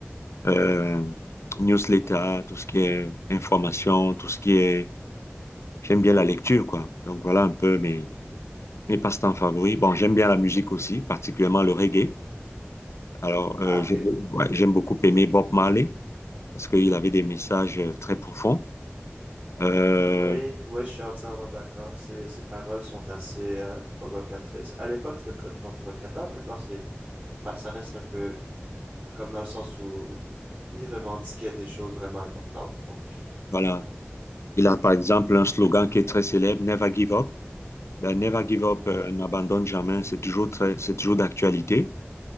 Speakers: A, on the left; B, on the right.
A: euh, newsletter, tout ce qui est information, tout ce qui est... J'aime bien la lecture, quoi. Donc voilà un peu mes
B: Mhm, mhm.
A: Mes passe-temps favoris. Bon, j'aime bien la musique aussi, particulièrement le reggae. Alors, euh,
B: Ah, ok.
A: j'ai- ouais, j'aime beaucoup aimer Bob Marley parce qu'il avait des messages euh, très profonds. Euh,
B: Oui, oui, je suis entièrement d'accord. Ces, ces paroles sont assez euh, provocatrices. À l'époque, c'était très provocateur. Maintenant, c'est, bah, ça reste un peu Comme dans le sens où il revendiquait des choses vraiment importantes. Donc, euh,
A: voilà.
B: ouais.
A: Il a par exemple un slogan qui est très célèbre, Never give up. Ben, Never give up,
B: Ouais.
A: euh, n'abandonne jamais. C'est toujours très, c'est toujours d'actualité.